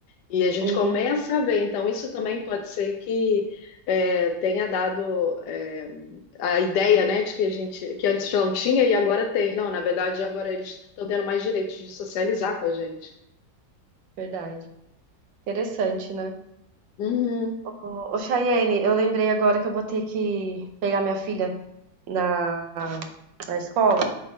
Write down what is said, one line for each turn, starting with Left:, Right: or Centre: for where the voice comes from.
Left: E a gente
Right: uhum.
Left: começa a ver, então isso também pode ser que é, tenha dado é, a ideia, né, de que a gente, que antes não tinha e agora tem. Não, na verdade, agora eles estão tendo mais direitos de socializar com a gente.
Right: Verdade. Interessante, né?
Left: Uhum.
Right: Ô, ô, Chayene, eu lembrei agora que eu vou ter que pegar minha filha na, na escola.